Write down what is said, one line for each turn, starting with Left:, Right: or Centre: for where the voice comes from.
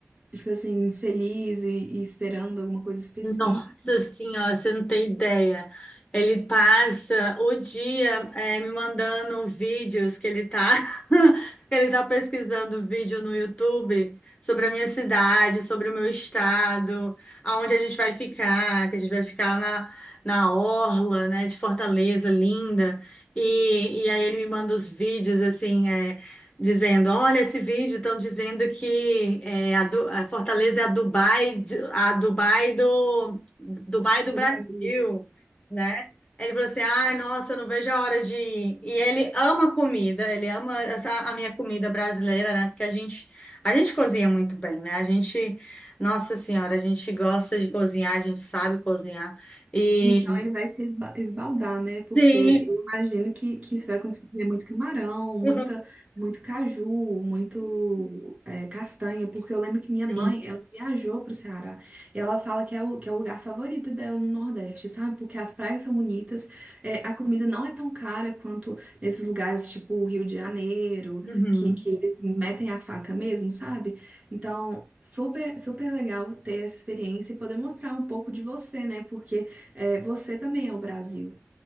Right: tipo assim, feliz e, e esperando alguma coisa específica
Left: Nossa senhora, você não tem ideia. Ele passa o dia eh, me mandando vídeos que ele tá, <laughs> ele tá pesquisando vídeo no YouTube sobre a minha cidade, sobre o meu estado, aonde a gente vai ficar, que a gente vai ficar na, na orla, né, de Fortaleza, linda. E, e aí ele me manda os vídeos assim, eh, Dizendo, olha esse vídeo, estão dizendo que é, a, Du- a Fortaleza é a Dubai, de- a Dubai do Dubai
Right: do
Left: do Brasil,
Right: Brasil.
Left: né? Ele falou assim, ai, nossa, eu não vejo a hora de ir. E ele ama comida, ele ama essa, a minha comida brasileira, né? Porque a gente, a gente cozinha muito bem, né? A gente, nossa senhora, a gente gosta de cozinhar, a gente sabe cozinhar. E
Right: Então ele vai se esba- esbaldar, né? Porque
Left: sim,
Right: eu imagino que, que você vai conseguir ver muito camarão,
Left: <laughs>
Right: muita, muito caju, muito é, castanha, porque eu lembro que minha mãe,
Left: sim,
Right: ela viajou para o Ceará e ela fala que é o, que é o lugar favorito dela no Nordeste, sabe? Porque as praias são bonitas, é, a comida não é tão cara quanto nesses lugares tipo o Rio de Janeiro,
Left: uhum.
Right: que, que eles metem a faca mesmo, sabe? Então, super, super legal ter essa experiência e poder mostrar um pouco de você, né? Porque é, você também é o Brasil.